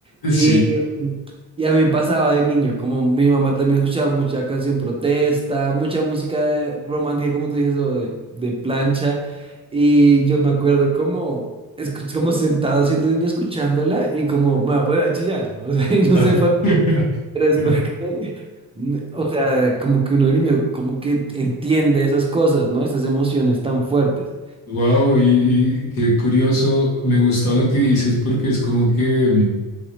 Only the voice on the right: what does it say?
Y,
y a mí me pasaba de niño, como mi mamá también escuchaba mucha canción protesta, mucha música de- romántica, como tú dices, o de, de plancha, y yo me acuerdo como... escu como sentado siendo niño escuchándola y como me va a poner a chillar, o sea, <laughs> y no
sé pero es porque,
n- o sea, como que uno de niño, como que entiende esas cosas, ¿no? Esas emociones tan fuertes.